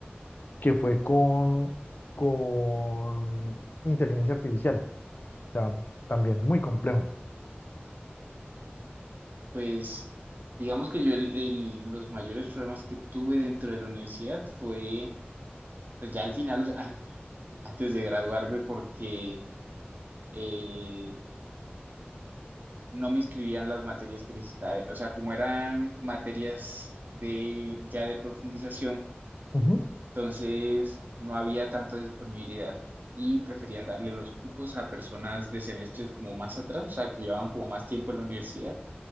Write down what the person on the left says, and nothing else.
que fue con, con inteligencia artificial. O sea, también muy complejo.
Ujú,